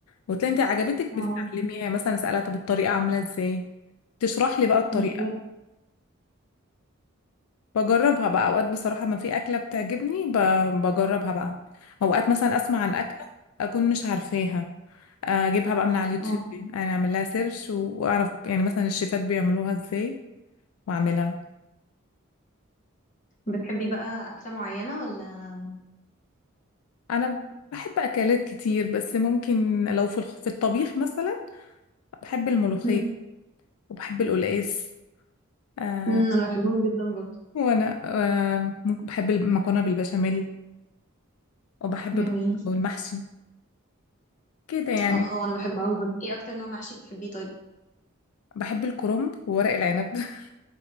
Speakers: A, on the left; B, on the left.
A: وتلاقي انت عجبتك
B: اه
A: بتتعلميها يعني مثلا اسالها طب الطريقه عامله ازاي تشرح لي بقى الطريقه
B: بالظبط
A: بجربها بقى اوقات بصراحه ما في اكله بتعجبني ب- بجربها بقى اوقات مثلا اسمع عن اكله اكون مش عارفاها اجيبها بقى من على اليوتيوب
B: اه
A: انا اعمل لها سيرش واعرف يعني مثلا الشيفات بيعملوها ازاي واعملها
B: بتحبي بقى اكله معينه ولا
A: انا بحب اكلات كتير بس ممكن لو في الخ- في الطبيخ مثلا بحب الملوخية
B: مم.
A: وبحب القلقاس آه
B: مم، انا بحبهم جدا برضو
A: وأنا آه ممكن بحب المكرونة بالبشاميل وبحب
B: جميل
A: ب- والمحشي كده يعني
B: اه انا بحبه قوي برضو ايه اكتر نوع محشي بتحبيه طيب
A: بحب الكرنب وورق العنب <laughs>